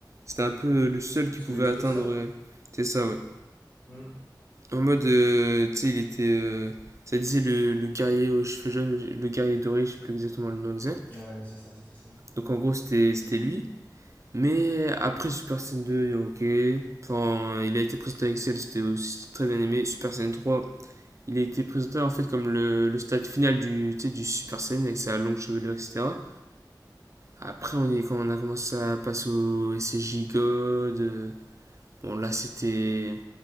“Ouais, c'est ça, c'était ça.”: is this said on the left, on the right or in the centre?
Left